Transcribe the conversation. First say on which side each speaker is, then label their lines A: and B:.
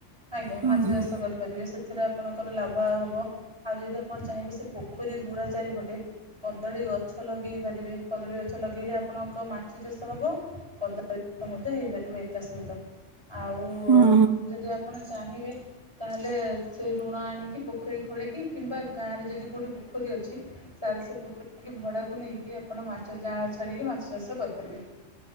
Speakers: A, on the right; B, on the right.
A: ଆଜ୍ଞା
B: ହଁ
A: ମାଛ
B: ହଁ
A: ଚାଷ କରିପାରିବେ ସେଥିରେ ଆପଣଙ୍କର ଲାଭ ଆ ହବ। ଆଉ ଯଦି ଆପଣ ଚାହିଁବେ ସେ ପୋଖରୀ ହୁଡ଼ା ଚାରିପଟେ କଦଳୀ ଗଛ ଲଗେଇ ପାରିବେ, କଦଳୀ ଗଛ ଲଗେଇଲେ ଆପଣଙ୍କ ମାଛ ଚାଷ ହେବ କଦ ମଧ୍ୟ ହେଇପାରିବ ଏକା ସହିତ ଆଉ
B: ହଁ
A: ଯଦି ଆପଣ ଚାହିଁବେ ତାହେଲେ ସେ ଋଣ ଆଣିକି ପୋଖରୀ ଖୋଳିକି କିମ୍ବା ଗାଁ ରେ ଯଦି କୋଉଠି ପୋଖରୀ ଅଛି <unintelligible> ସେ ପୋଖରୀି ଭଡାକୁ ନେଇକି ଆପଣ ମାଛ ଚାଁଳ ଛାଡ଼ିକି ମାଛ ଚାଷ କରିପାରିବେ।